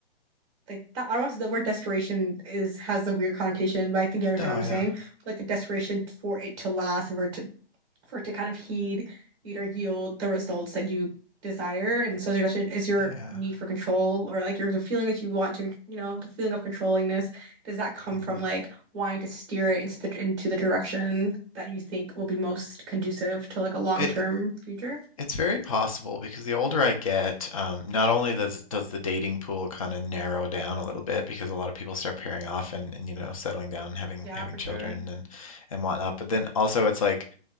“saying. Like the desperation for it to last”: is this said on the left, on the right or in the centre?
Right